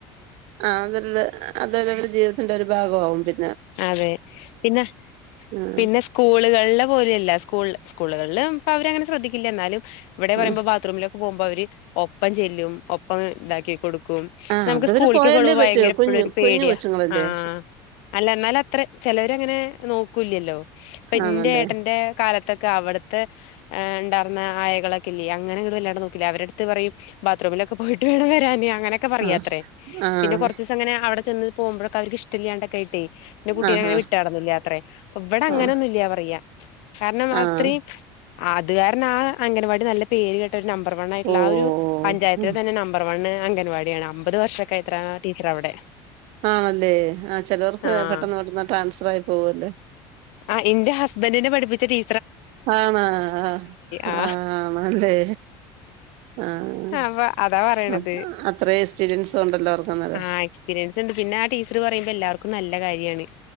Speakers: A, on the right (about 70°); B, on the left (about 75°).
A: ആഹ് അതല്ല അതല്ലാവരെ ജീവിതത്തിന്റെ ഒരു ഭാഗമാവും പി
B: അതെ പിന്നെ
A: ആഹ്
B: പിന്നെ സ്കൂള്കൾലെ പോലെയല്ല സ്കൂൾ സ്കൂള്കൾല് ഇപ്പ അവരങ്ങനെ ശ്രദ്ധിക്കില്ല ന്നാലും ഇവടെ പറിമ്പോ
A: ആഹ്
B: ബാത്റൂമിലൊക്കെ പോകുമ്പോ അവര് ഒപ്പം ചെല്ലും ഒപ്പം ഇതാക്കി കൊടുക്കും
A: ആഹ്
B: നമുക്ക്
A: അതവര്
B: സ്കൂളിക്കൊക്കെ
A: പോയല്ലേ
B: വിടുമ്പോ
A: പറ്റൂ
B: ഭയങ്കര ഇപ്പഴും
A: കുഞ്ഞു
B: ഒരു പേടിയാ
A: കുഞ്ഞു കൊച്ചുങ്ങളല്ലേ
B: ആഹ് അല്ല ഇന്നാല ത്ര ചെലോരങ്ങനെ നോക്കൂല്ലല്ലോ ഇപ്പ
A: ആണല്ലേ
B: ഇന്റെ ഏട്ടന്റെ കാലത്തൊക്കെ അവടത്തെ ണ്ടാർന്ന അയകളൊക്കില്ലേ അങ്ങനങ്ങട്ട് വല്ലാണ്ട് നോക്കില്ല അവരട്ത്ത് പറയും ബാത്റൂമിലൊക്കെ പോയിട്ട് വേണം വരാന് അങ്ങനെക്കെ പറയാത്രേ
A: ആഹ് ആഹ്
B: പിന്നെ കൊർച്ച്സ് പ്പങ്ങനെ അവടെ ചെന്ന് പോവുമ്പോയൊക്കെ അവർക്ക് ഇഷ്ട ല്ലാണ്ടൊക്കായിട്ടേ എന്റെ കുട്ടീനെ
A: ആഹ്
B: അങ്ങനെ വിട്ടാറൊന്നില്ലാത്രേ ഒ ഇവടെ അങ്ങനൊന്നുംല്യാ
A: ആഹ്
B: പറയാ കാരണം
A: ആഹ്
B: അത്ര അത് കാരണം ആഹ് അംഗൻവാടി നല്ല പേര് കേട്ട ഒരു നമ്പർ വൺ ആയിട്ട്ള്ള
A: ഓഹ്
B: ആഹ് ഒരു പഞ്ചായത്തിലെ തന്നെ നമ്പർ വണ്ണ് അംഗൻവാടിയാണ് അമ്പത് വർഷൊക്കായിത്ര ആഹ് ടീച്ചർ അവടെ
A: ആണല്ലേ ആഹ് ചേലോർക്ക്
B: ആഹ്
A: പെട്ടന്ന് പെട്ടെന്ന് ട്രാൻസ്ഫർ ആയി പോക്ണ്ട്
B: ആഹ് ഇന്റെ ഹസ്ബന്റിനെ പഠിപ്പിച്ച ടീ
A: ആന്നോ ആഹ്
B: ആ
A: ആഹ് ആണ്ല്ലേ ആഹ്
B: അപ്പൊ അതാ പറയണത്
A: അ അത്ര എക്സ്പീരിയൻസ് ഉണ്ടല്ലോ അവർക്ക് അന്നേരം
B: ആഹ് എക്സ്പീരിയൻസ്ണ്ട് പിന്നെ ആഹ് ടീച്ചർ പറയുമ്പോ എല്ലാവർക്കും നല്ല കാര്യാണ്